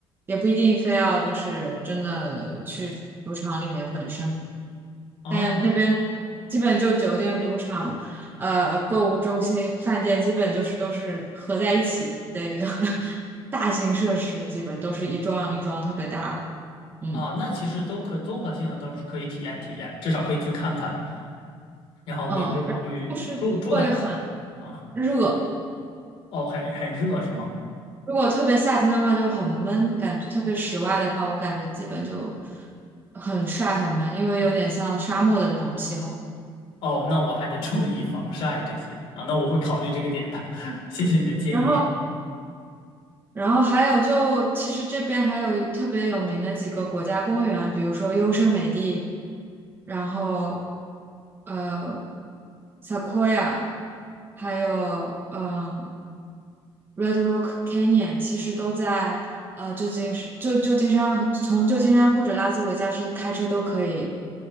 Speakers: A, on the right; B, on the left.
A: 也不一定非要就是真的去赌场里面本身。
B: 啊
A: 但那边基本就酒店、赌场、呃购物中心、饭店，基本就是都是合在一起的一个 <laughs> 大型设施，基本都是一幢一幢特别大的。嗯
B: 啊，那其实都可综合性的都是可以体验体验，至少可以去看看，然后我也可以考虑住住在哪儿啊。
A: 嗯，然后就是会很热，
B: 哦，很很热是吗？
A: 如果特别夏天的话就很闷，感觉特别室外的话，我感觉基本就很晒很闷，因为有点像沙漠的那种气候。
B: 哦，那我还得注意防晒这些啊，那我会考虑这个点的，<laughs> 谢谢你的建议。
A: 然后。然后还有就，其实这边还有特别有名的几个国家公园，比如说优胜美地，然后呃 s e q o i a 还有嗯，Red Rock Canyon，其实都在呃旧金山，旧旧金山从旧金山或者拉斯维加斯开车都可以